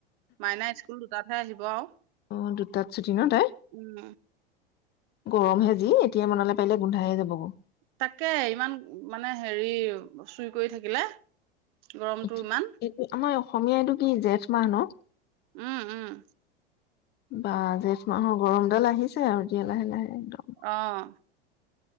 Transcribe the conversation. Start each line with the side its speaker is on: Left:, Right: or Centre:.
Right: মাইনা স্কুল দুটাতহে আহি বাৱাহ।
Left: অ', দুটাত চুটি ন তাই?
Right: উম।
Left: গৰমহে যি এতিয়া মনালে পাৰিলে গোন্ধাইে যাব গ
Right: তাকে ইমান মানে হেৰি চুই কৰি থাকিলে, গৰমটো
Left: এইটো
Right: ইমান
Left: আমাৰ, অসমীয়াইটো কি জেঠ মাহ ন
Right: উম উম!
Left: বা জেঠ মাহৰ গৰম ডাল আহিছে আৰু দতিে লাহে লাহে একদম
Right: আহ